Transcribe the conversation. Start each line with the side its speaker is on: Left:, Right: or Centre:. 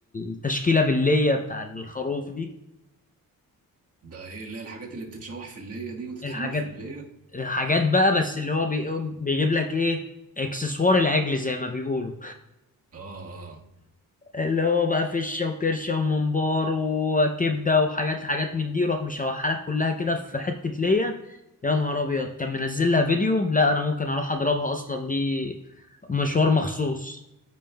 Left: التشكيله بالليه بتاع الخروف دي
Right: ده ايه اللي هي الحاجات اللي بتتشوح في اللية دي وتتحمر
Left: الحاجات
Right: في اللية
Left: الحاجات بقى بس اللي هو بي... بيجيب لك ايه اكسسوار العجل زي ما بيقولوا
Right: اه اه
Left: اللي هو بقى فشة وكرشة وممبار وكبدة وحاجات حاجات من دي يروح مشوحها لك كلها كده في حتة ليا يا نهار أبيض كان منزل لها فيديو لا أنا ممكن أروح أضربها أصلا دي مشوار مخصوص